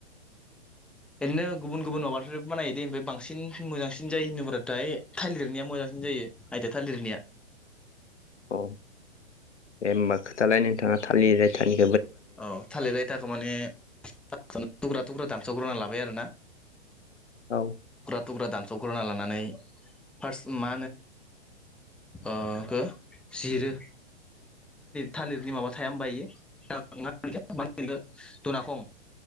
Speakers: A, in the centre; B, on the left.
A: ओरैनो गुबुन गुबुन माबानिफ्राय बानायो दे ओमफ्राय बांसिन मोजांसिन जायो होनोबथाय थालिरनिया मोजांसिन जायो आयथा थालिरनिया
B: औ दे होनोमबा खोथालाय नोंथाङा थालिर आयथानि
A: अ थालिरायथाखौ माने फासावनो थुख्रा थुख्रा दामसावग्रोना लाबाय आरो ना
B: औ
A: थुग्रा दानस'ग्रोना लानानै फार्स मा होनो जिरो थालिरनि माबा थाया होनबा इयो <unintelligible> दनाखं